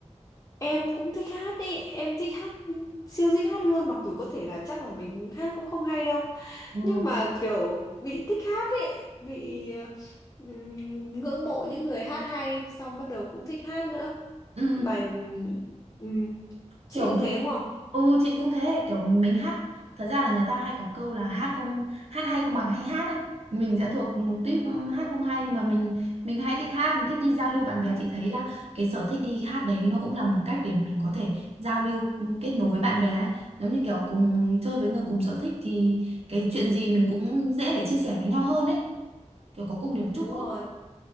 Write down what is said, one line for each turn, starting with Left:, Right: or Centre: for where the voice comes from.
Left: Em cũng thích hát ý, em thích hát siêu thích hát luôn mặc dù có thể là chắc là mình hát cũng không hay đâu
Right: Ừ.
Left: nhưng mà kiểu bị thích hát ấy bị ờ, ừm, ngưỡng mộ những người hát hay xong bắt đầu cũng thích hát nữa
Right: Ừ,
Left: bài ừm, chị
Right: kiểu
Left: cũng
Right: như
Left: thế đúng không?
Right: Ừ chị cũng thế kiểu mình hát thật ra là người ta hay có câu là hát không hát hay không bằng hay hát ấy mình sẽ thuộc tuýp hát không hay nhưng mà mình mình hay thích hát thích đi giao lưu bạn bè chị thấy là cái sở thích đi hát đấy nó cũng là một cách để mình có thể giao lưu kết nối với bạn bè ấy giống như kiểu cùng chơi với người cùng sở thích thì cái chuyện gì mình cũng dễ để chia sẻ với nhau hơn ấy kiểu có cùng điểm
Left: Đúng
Right: chung ấy
Left: rồi